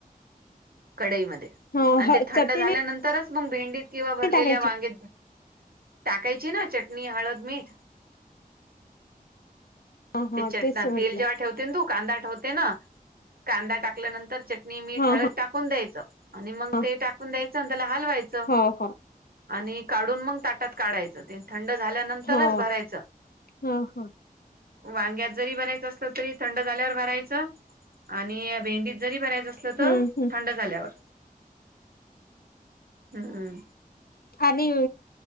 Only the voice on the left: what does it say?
हा
हा
चटणी
नाही
टाकायची
हा हा
तेच म्हटलं
हा
हा
हा
हो हो
हो
हा हा
हम्म हम्म
आणि.